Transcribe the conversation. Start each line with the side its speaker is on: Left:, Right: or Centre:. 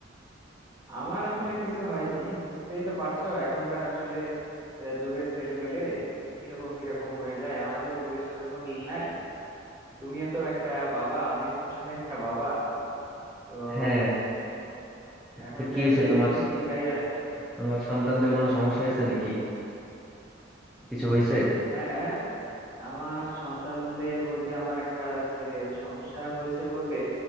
Right: আমার আসলে কিছু হয়নি বুঝতেই তো পারছো এখনকার আসলে আহ, যুগের ছেলে পেলে কিরকম কিরকম হয়ে যায় আমাদের যুগের সাথে তো মিল নাই তুমিও তো একটা বাবা আমিও তো আসলে একটা বাবা তো
Centre: হ্যাঁ
Right: এখন
Centre: তো কি
Right: ছেলে
Centre: হয়েছে
Right: পেলে
Centre: তোমার
Right: নিয়ে একটু চিন্তাই আছি
Centre: তোমার সন্তানদের কোনো সমস্যা হয়েছে নাকি কিছু হয়েছে
Right: হ্যাঁ আমার সন্তানদের বলতে আমার একটা ছেলের সমস্যা হয়েছে বলতে